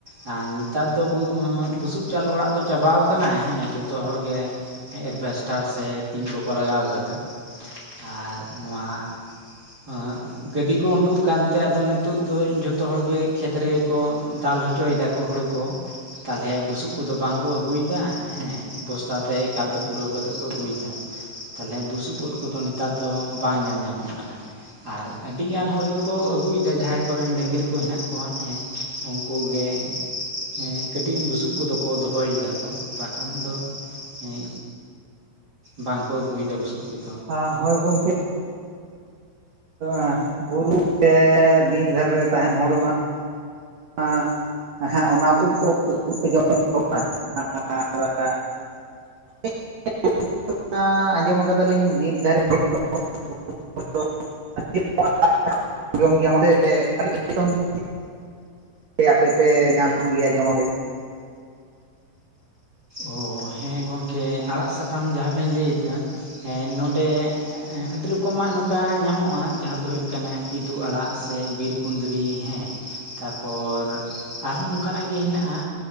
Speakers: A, on the right; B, on the right.
A: ᱟᱨ ᱱᱮᱛᱟᱨ ᱫᱚ <unintelligible> ᱵᱩᱥᱩᱵ ᱪᱟᱞ ᱚᱲᱟᱜ ᱫᱚ ᱪᱟᱵᱟᱣ ᱟᱠᱟᱱᱟ ᱦᱮᱸ ᱡᱚᱛᱚ ᱦᱚᱲ ᱜᱮ ᱮᱰᱵᱷᱮᱥᱴᱟᱨ ᱥᱮ ᱴᱤᱱ ᱠᱚ ᱠᱚ ᱞᱟᱜᱟᱣ ᱟᱠᱟᱫᱟ ᱟᱨ ᱱᱚᱣᱟ ᱟᱸᱜ ᱜᱟᱹᱰᱤ ᱠᱚ ᱠᱚ ᱩᱰᱩᱜ ᱠᱟᱱ ᱛᱮ ᱟᱫᱚ ᱱᱤᱛᱚᱜ ᱫᱚ ᱡᱚᱛᱚ ᱦᱚᱲ ᱜᱮ ᱠᱷᱮᱛ ᱨᱮᱜᱮ ᱠᱚ ᱫᱟᱞ ᱦᱚᱪᱚᱭ ᱮᱫᱟ ᱠᱚ ᱦᱳᱲᱳ ᱠᱚ। ᱛᱟᱦᱚᱞᱮ ᱵᱩᱥᱩᱵ ᱠᱚᱫᱚ ᱵᱟᱝ ᱠᱚ ᱟᱹᱜᱩᱭ ᱮᱫᱟ ᱦᱮᱸ ᱵᱚᱥᱛᱟ ᱛᱮ ᱮᱠᱟᱞ ᱛᱮ ᱯᱩᱨᱟᱹᱣ ᱠᱟᱛᱮᱫ ᱠᱚ ᱟᱹᱜᱩᱭ ᱮᱫᱟ। ᱛᱟᱦᱚᱞᱮ ᱵᱩᱥᱩᱵ ᱩᱫ ᱠᱚᱫᱚ ᱱᱮᱛᱟᱨ ᱫᱚ ᱵᱟᱝ ᱧᱮᱞ ᱧᱟᱢᱚᱜ ᱠᱟᱱᱟ ᱟᱨ ᱟᱹᱰᱤ ᱟᱹᱰᱤᱜᱟᱱ ᱦᱚᱲ ᱜᱮᱠᱚ ᱟᱹᱜᱩᱭᱮᱫᱟ ᱡᱟᱸᱦᱟᱭ ᱠᱚᱨᱮᱱ ᱰᱟᱹᱝᱨᱤ ᱠᱚ ᱦᱮᱱᱟᱜ ᱠᱚᱣᱟ ᱦᱮᱸ ᱩᱱᱠᱩ ᱜᱮ᱾ ᱦᱮᱸ ᱠᱟᱹᱴᱤᱡ ᱵᱩᱥᱩᱵ ᱠᱚᱫᱚ ᱠᱚ ᱫᱚᱦᱚᱭᱮᱫᱟᱠᱚ ᱵᱟᱠᱷᱟᱱ ᱫᱚ ᱦᱩᱸ ᱵᱟᱝᱠᱚ ᱟᱹᱜᱩᱭᱮᱫᱟ ᱵᱩᱥᱩᱵ ᱠᱚᱫᱚ᱾
B: ᱟᱸ ᱦᱳᱭ ᱜᱚᱝᱠᱮ᱾ ᱟᱸ ᱵᱩᱨᱩ ᱥᱮ ᱵᱤᱨ ᱫᱷᱟᱨᱮ ᱨᱮ ᱛᱟᱸᱦᱮᱱ ᱦᱚᱲ ᱢᱟ ᱚᱱᱟ ᱦᱮᱸ ᱚᱱᱟ ᱩᱫ ᱠᱚ ᱩᱫ ᱯᱮ ᱡᱚᱢ ᱟ ᱟᱨ <unintelligible> <unintelligible> ᱟᱸᱡᱚᱢ ᱟᱠᱟᱫᱟᱞᱤᱧ ᱵᱤᱨ ᱫᱷᱟᱨᱮ <unintelligible> <unintelligible> ᱟᱸᱡᱚᱢ ᱜᱮᱭᱟ ᱢᱟᱥᱮ ᱟᱰᱤ <unintelligible> ᱥᱮ ᱟᱯᱮᱯᱮ ᱧᱟᱢ ᱜᱮᱭᱟ ᱡᱚᱢᱟᱯᱮ᱾
A: ᱚ ᱦᱮᱸ ᱜᱚᱝᱠᱮ ᱟᱲᱟᱜ ᱥᱟᱠᱟᱢ ᱡᱟᱦᱟ ᱵᱮᱱ ᱞᱟᱹᱭᱮᱫ ᱫᱚ ᱦᱮᱸ ᱱᱚᱸᱰᱮ ᱟᱹᱰᱤ ᱨᱚᱠᱚᱢᱟᱜ ᱱᱚᱝᱠᱟ ᱧᱟᱢᱚᱜ-ᱟ᱾ ᱡᱟᱦᱟᱸ ᱫᱚ ᱦᱩᱭᱩᱜ ᱠᱟᱱᱟ ᱠᱤᱫᱩ ᱟᱲᱟᱜ ᱥᱮ ᱵᱤᱨ ᱠᱩᱸᱫᱽᱨᱤ ᱦᱮᱸ ᱛᱟᱨᱯᱚᱨ ᱟᱨᱦᱚᱸ ᱚᱝᱠᱟᱱᱟᱜ ᱜᱮ ᱦᱮᱱᱟᱜ-ᱟ